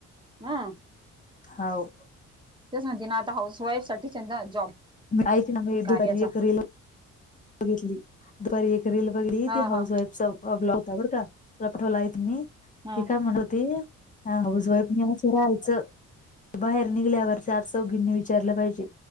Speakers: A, on the right; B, on the left.
A: हम,
B: हाव
A: तेच म्हणती ना आता हाऊस वाईफ साठी जॉब.
B: ऐक ना बाई
A: कार्याचा
B: <unintelligible> बघितली दुपारी एक रील बघली
A: हा
B: ती
A: हा
B: हाऊस वाईफच. ब लावता बरं काला पठवला आहेत मी
A: हा
B: ती काय म्हणत होती हाऊस वाईफ राहायचं बाहेर निघल्यावर चार चौघींनी विचारलं पाहिजे.